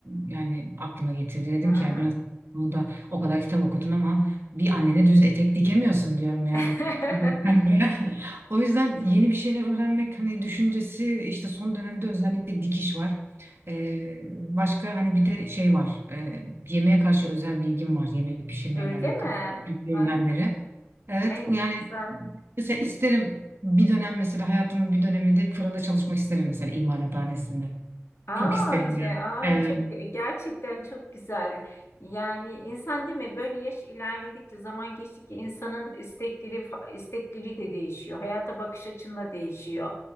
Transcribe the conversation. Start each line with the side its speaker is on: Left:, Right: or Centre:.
Right: yani aklıma getirdi. Dedim
Left: Ha.
Right: ki ya biraz bunu da o kadar kitap okudun ama bir annene düz etek dikemiyorsun diyorum yani.
Left: <laughs>
Right: <laughs> O yüzden yeni bir şeyler öğrenmek hani düşüncesi işte son dönemde özellikle dikiş var. Ee, başka hani bir de şey var. Ee, yemeğe karşı özel bilgim var. Yemek pişirmeyle
Left: Öyle
Right: alakalı
Left: mi?
Right: küçüklüğümden
Left: Ay,
Right: beri. Evet
Left: ay ne
Right: yani
Left: güzel.
Right: mesela isterim bir dönem mesela hayatımın bir döneminde fırında çalışmak isterim mesela imalathanesinde.
Left: Aa,
Right: Çok isterim
Left: ç-
Right: yani.
Left: aa, çok
Right: Ee,
Left: e, gerçekten çok güzel. Yani insan değil mi? Böyle yaş ilerledikçe, zaman geçtikçe insanın istekleri fa- istekleri de değişiyor. Hayata bakış açında değişiyor.